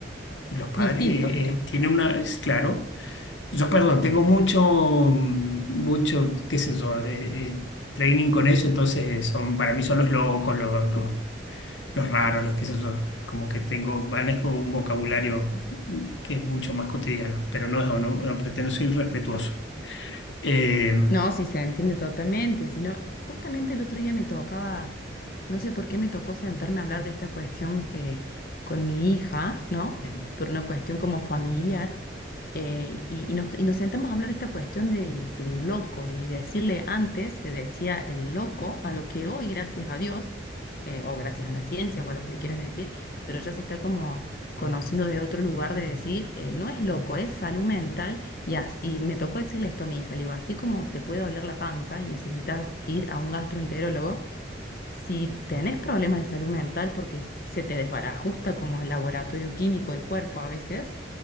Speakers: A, on the left; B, on the left.
A: los padres
B: distintos,
A: eh,
B: diremos.
A: eh, tienen una, es claro, yo perdón, tengo mucho, mm, mucho, qué sé yo, eh, eh, training con eso, entonces eh, son, para mí son los locos, los, los, los raros, los qué sé yo, como que tengo, manejo un vocabulario mm, que es mucho más cotidiano, pero no, no, no pretendo ser irrespetuoso. Eh,
B: No, sí, se entiende totalmente, sino justamente el otro día me tocaba, no sé por qué me tocó sentarme a hablar de esta cuestión eh, con mi hija, ¿no?
A: eh,
B: Por una cuestión como familiar, eh, y, y nos, y nos sentamos a hablar de esta cuestión del, del loco y decirle antes, se decía el loco, a lo que hoy, gracias a Dios, eh, o gracias a la ciencia o a lo que le quieras decir, pero ya se está como conociendo de otro lugar de decir, eh, no es loco, es salud mental y, as- y me tocó decirle esto a mi hija, le digo, así como te puede doler la panza y necesitas ir a un gastroenterólogo, si tenés problemas de salud mental porque se te desbarajusta como el laboratorio químico del cuerpo a veces,